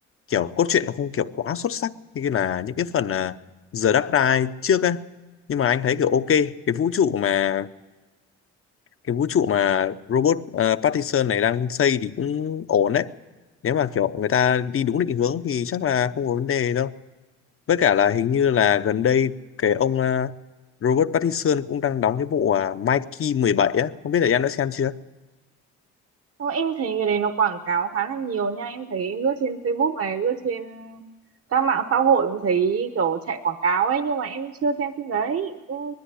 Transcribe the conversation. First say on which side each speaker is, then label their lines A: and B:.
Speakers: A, on the left; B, on the right.
A: kiểu cốt truyện nó không kiểu quá xuất sắc như cái là những cái phần à, The Dark Knight trước á nhưng mà anh thấy kiểu ok cái vũ trụ mà cái vũ trụ mà robot ờ, Pattinson này đang xây thì cũng ổn đấy nếu mà kiểu người ta đi đúng định hướng thì chắc là không có vấn đề đâu với cả là hình như là gần đây cái ông ờ, Robert Pattinson cũng đang đóng cái bộ à, Mikey 17 á không biết là em đã xem chưa
B: Xong em thấy người đấy nó quảng cáo khá là nhiều nha. Em thấy em lướt trên Facebook này, lướt trên các mạng xã hội cũng thấy kiểu chạy quảng cáo ấy. Nhưng mà em chưa xem phim đấy. Em,